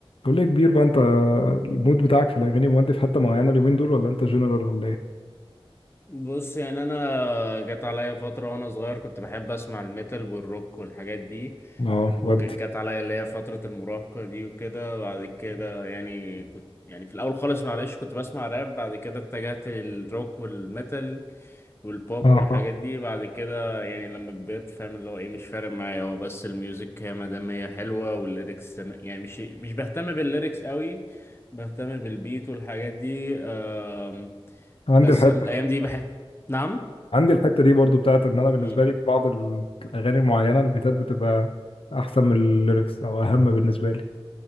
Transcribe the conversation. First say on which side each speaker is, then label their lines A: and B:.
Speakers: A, on the left; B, on the left.
A: كل يا كبير بقى انت المود بتاعك في الاغاني مودي في حته معينه اليومين دول ولا انت جنرال ولا ايه
B: بص يعني انا جت عليا فتره وانا صغير كنت بحب اسمع الميتال والروك والحاجات دي
A: اه
B: وجت
A: ودي
B: عليا اللي هي فتره المراهقه دي وكده بعد كده يعني كنت يعني في الاول خالص معلش كنت بسمع راب بعد كده اتجهت للروك والميتال والبوب
A: اه
B: والحاجات
A: آه.
B: دي بعد كده يعني لما كبرت فاهم اللي هو ايه مش فارق معايا هو بس الميوزك هي ما دام هي حلوه والليركس تم- يعني مش مش بهتم بالليركس قوي بهتم بالبيت والحاجات دي أم
A: عندي
B: بس
A: الحته
B: الايام دي بحب نعم
A: عندي الحته دي برضو بتاعت ان انا بالنسبه
B: امم
A: لي في بعض ال- الاغاني المعينه البيتات بتبقى احسن من الليركس او اهم بالنسبه لي